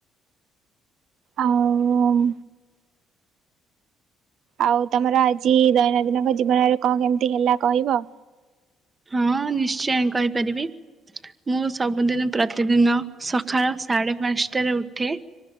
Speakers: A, on the right; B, on the right.
A: ଆଉ ଆଉ ତମର ଆଜି ଦୈନନ୍ଦିନଙ୍କ ଜୀବନରେ କଣ କେମିତି ହେଲା କହିବ?
B: ହଁ ନିଶ୍ଚୟ କହିପାରିବି ମୁଁ ସବୁଦିନ ପ୍ରତିଦିନ ସକାଳ ସାଢେ ପାଞ୍ଚଟାରେ ଉଠେ।